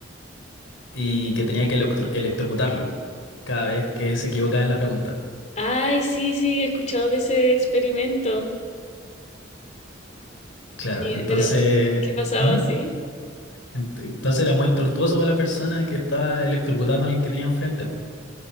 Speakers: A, on the left; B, on the left.
A: y que tenía que electro- electrocutarlo cada vez que se equivocaba en la pregunta.
B: Ay, sí, sí, he escuchado de ese experimento.
A: Claro,
B: Y-
A: entonces,
B: pero, ¿qué pasaba
A: ¿Mm?
B: así?
A: Ent- entonces era muy tortuoso para la persona que estaba electrocutando a alguien que tenía enfrente. po.